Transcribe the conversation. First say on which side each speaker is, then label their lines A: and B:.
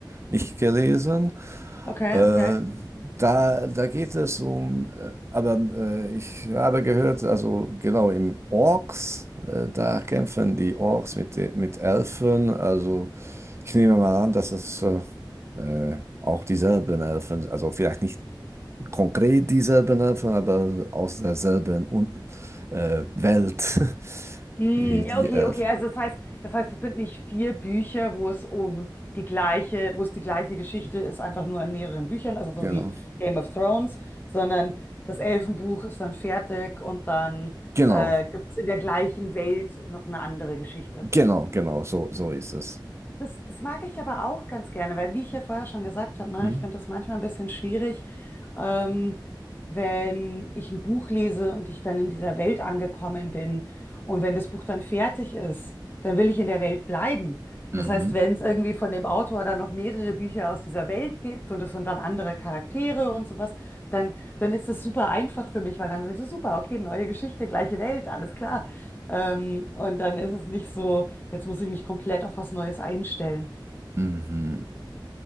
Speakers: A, on the right; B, on the left.
A: nicht gelesen,
B: Okay,
A: Äh,
B: okay.
A: da, da geht es um, äh, aber äh, ich habe gehört, also genau im Orks, äh, da kämpfen die Orks mit, de- mit Elfen. Also ich nehme mal an, dass es äh, äh, auch dieselben Elfen, also vielleicht nicht konkret dieselben Elfen, aber aus derselben Un äh, Welt <laughs>
B: Mm,
A: wie die
B: ja, okay,
A: Elfen.
B: okay. Also das heißt, das heißt, es sind nicht vier Bücher, wo es um die gleiche, wo es die gleiche Geschichte ist, einfach nur in mehreren Büchern, also so
A: Genau,
B: wie Game of Thrones, sondern das Elfenbuch ist dann fertig und dann
A: genau,
B: äh, gibt es in der gleichen Welt noch eine andere Geschichte.
A: genau, genau, so, so ist es.
B: Das, das mag ich aber auch ganz gerne, weil wie ich ja vorher schon gesagt habe, ne,
A: Mhm.
B: ich finde das manchmal ein bisschen schwierig, ähm, wenn ich ein Buch lese und ich dann in dieser Welt angekommen bin und wenn das Buch dann fertig ist, dann will ich in der Welt bleiben.
A: Mhm.
B: Das heißt, wenn es irgendwie von dem Autor dann noch mehrere Bücher aus dieser Welt gibt und es sind dann andere Charaktere und sowas, dann, dann ist das super einfach für mich, weil dann sage ich so, super, okay, neue Geschichte, gleiche Welt, alles klar. Ähm, und dann ist es nicht so. Jetzt muss ich mich komplett auf was Neues einstellen.
A: Mhm.